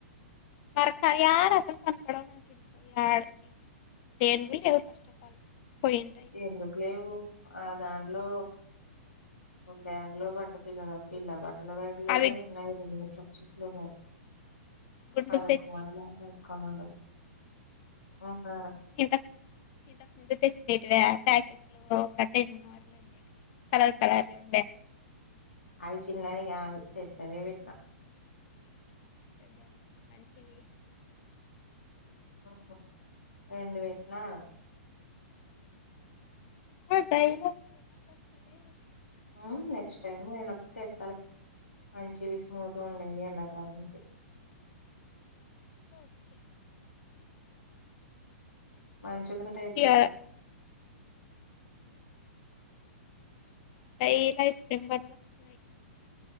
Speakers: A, on the left; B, on the left.
A: మరక్క యాడ అసలు కనపడవ్ <unintelligible> ఏంటి ఫస్ట్ఫ ఆల్ పోయింటాయి
B: ఎందుకు లేవు ఆ దాంట్లో బ్యాగ్ లో పట్ట పిల్లలు పిల్ల బట్ట కట్టల బ్యాగ్ లోనే
A: అవి
B: ఉన్నాయి రెండు కర్చీప్లు ఉన్నాయి
A: గుండుకు
B: అదొక్క
A: తెచ్చినటివి
B: మోడల్ అద్దొక్కా మోడల్ ఆ ఆ
A: ఇంతకు ము ఇంతకు ముందు తెచ్చినటీవా ప్యాకెట్లు ఒకటె మోడల్ కలర్ కలర్లు ఉండ
B: అవి చిన్నవి కాదు పెద్దవే పెట్టినా
A: పెద్దవ మంచివి
B: ఉమ్ రెండు పెట్టిన ఆడ
A: మళ్ళీ డైలీ <unintelligible>
B: ఉమ్
A: ఊర్ల
B: నెక్స్ట్ టైమ్ నేనొకటి తెస్తాలే మంచివి స్మూత్గా ఉండేది ఎండాకాలంకి
A: ఓకే
B: మంచిగుంటయి దాంట్లో
A: ఇగ డైలీ ఐస్క్రీమ్ బండిలు వస్తున్నాయి